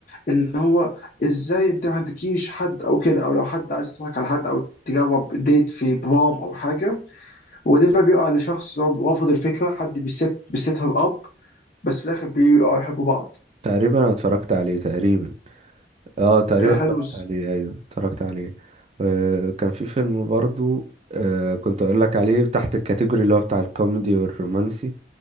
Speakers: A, on the left; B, on the right.
A: ان هو ازاي انت ما عندكيش حد او كده او لو حد عايز يضحك على حد او تجرب ديت في برام او حاجه وبعدين بقى بيقع لشخص اللي هو رافض الفكره حد بيست بيست هير اب بس في الاخر بيقعوا يحبوا بعض
B: تقريبا انا اتفرجت عليه تقريبا اه تقريبا اتفرجت
A: حلو
B: عليه ايوه اتفرجت عليه آه كان في فيلم برضو آه كنت اقول لك عليه تحت الكاتيجوري اللي هو بتاع الكوميدي والرومانسي